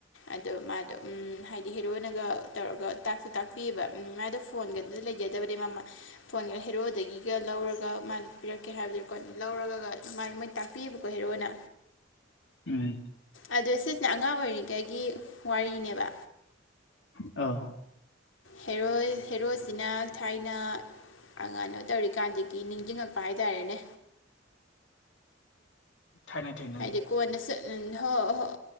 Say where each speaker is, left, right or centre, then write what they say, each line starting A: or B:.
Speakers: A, on the left (about 85°); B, on the left (about 70°).
A: ꯑꯗꯣ ꯃꯥꯗꯣ ꯎꯝ ꯍꯥꯏꯗꯤ ꯍꯦꯔꯣꯅꯒ ꯇꯧꯔꯒ ꯇꯥꯛꯁꯨ ꯇꯥꯛꯄꯤꯑꯦꯕ ꯎꯝ ꯃꯥꯗꯣ ꯐꯣꯟꯒꯗꯨ ꯂꯩ ꯖꯗꯕꯅꯦ ꯃꯃ ꯐꯣꯟꯒ ꯍꯦꯔꯣꯗꯒꯤꯒ ꯂꯧꯔꯒ ꯃꯥꯅ ꯄꯤꯔꯛꯀꯦ ꯍꯥꯏꯕꯗꯨꯀꯣ ꯂꯧꯔꯒ ꯃꯥꯏ ꯃꯣꯏ ꯇꯥꯛꯄꯤꯌꯦꯕꯀꯣ ꯍꯦꯔꯣꯅ
B: ꯎꯝ
A: ꯑꯗꯣ ꯁꯤꯁꯤꯅ ꯑꯉꯥꯡ ꯑꯣꯏꯔꯤꯒꯩꯒꯤ ꯋꯥꯔꯤꯅꯦꯕ
B: ꯑꯧ
A: ꯍꯦꯔꯣꯏ ꯍꯦꯔꯣꯁꯤꯅ ꯊꯥꯏꯅ ꯑꯉꯥ ꯇꯧꯔꯤꯀꯥꯟꯗꯒꯤ ꯅꯤꯡꯖꯤꯡꯉꯛ ꯄ ꯍꯥꯏꯇꯔꯦꯅꯦ
B: ꯊꯥꯡꯅ ꯊꯩ
A: ꯍꯥꯏꯗꯤ ꯀꯣꯟꯅ ꯁ ꯍꯣꯏ ꯑ ꯍꯣꯏ